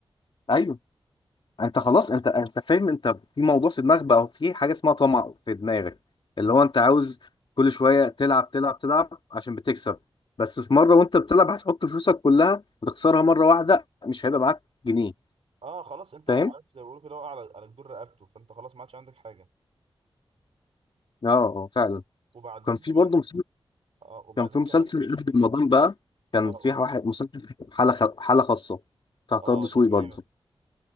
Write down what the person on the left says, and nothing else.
ايوه انت خلاص انت انت فاهم انت في موضوع في دماغك بقى في حاجه اسمها طمع في دماغك اللي هو انت عاوز كل شويه تلعب تلعب تلعب عشان بتكسب بس في مره وانت بتلعب هتحط فلوسك كلها هتخسرها مره واحده مش هيبقى معاك جنيه
فاهم؟
اه آه، فعلا
كان في
برضه
كان في مسلسل
قبل رمضان بقى كان
في
واحد مسلسل حالة خ... حالة خاصة بتاع طه
دسوقي
برضه